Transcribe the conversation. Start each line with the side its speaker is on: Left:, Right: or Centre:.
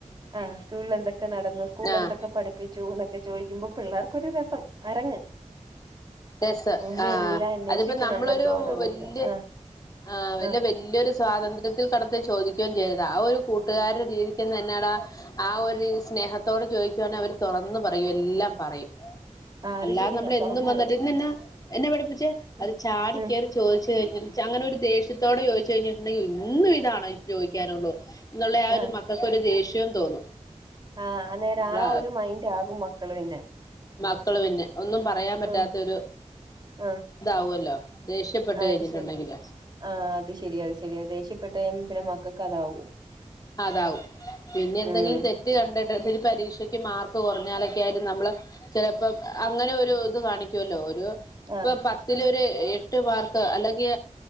Right: ആഹ് സ്കൂളന്തൊക്കെ നടന്നു സ്കൂളിൽ
Left: ആഹ്
Right: എന്തൊക്കെ പഠിപ്പിച്ചുന്ന ക്കെ ചോദിക്കുമ്പോ പിള്ളേർക്കൊരു രസം അരങ്ങ്.
Left: രസ് ആഹ്
Right: ഉമ്മി
Left: ആഹ്
Right: എല്ലാം അന്വേഷിക്കുന്നുണ്ടല്ലോ
Left: അതിപ്പോ നമ്മളൊരു
Right: എന്നുള്ളത്
Left: വല്യ
Right: ആഹ്
Left: ആ
Right: ആഹ്
Left: വല്യരു സ്വാതന്ത്ര്യ ത്തിൽ കടത്ത് ചോദിക്കുകയും ചെയ്യരുത് ആ ഒരു കൂട്ടുകാരടെ രീതിക്കതന്നെട ആ ഒ സ്നേഹത്തോട് ചോദിക്കുവാണേൽ അവര് തുറന്നു പറയും എല്ലാം പറയും.
Right: ആഹ് അത്
Left: അല്ലാതെ
Right: ശരിയാ
Left: നമ്മൾ
Right: തുറന്നു
Left: എന്നും വന്നിട്ട്
Right: പറയും
Left: ഇന്നെന്നാ എന്ന പഠിപ്പിച്ചേ
Right: ഉം
Left: അത് ചാടി
Right: ഉം
Left: കേറി ചോയ്ച്ചുകഴിഞ്ഞ അങ്ങനെ ഒരു ദേഷ്യത്തോടെ ചോയ്ച്ചു കഴിഞ്ഞിട്ടുണ്ടെങ്കി ഇന്നും ഇതാണ് ചോയ്ക്കാനുള്ളൂ ന്നുള്ള ആ ഒരു
Right: ആഹ്
Left: മക്കൾക്കൊരു ദേഷ്യം തോന്നും.
Right: ആഹ് അന്നേരം
Left: നമ്മള
Right: ആ ഒരു മൈൻഡാകും മക്കള് പിന്നെ.
Left: മക്കൾ പിന്നെ ഒന്നും പറയാൻ പറ്റാത്തൊരു
Right: ഉം ആഹ്
Left: ഇതാവല്ലോ. ദേഷ്യപ്പെട്ട് കഴിഞ്ഞിട്ടുണ്ടെങ്കില.
Right: അത് ശരിയാ ആഹ് അത് ശരി അത് ശരിയ ദേഷ്യപ്പെട്ട് കഴിഞ്ഞ പിന്നെ മക്കക്ക് അതാകും.
Left: അതാവും പിന്നെ എന്തെങ്കിലും
Right: ഉം
Left: തെ റ്റ് കണ്ടിട്ട് പരീക്ഷയ്ക്ക് മാർക്ക് കുറഞ്ഞാലൊക്കെ ആയാലും നമ്മള് ചിലപ്പോ അങ്ങനെ ഒരു ഇത് കാണിക്കുല്ലോ ഒരു ഇപ്പ
Right: ആഹ്
Left: പ തിലൊരു എട്ട് മാർക്ക് അല്ലെങ്കി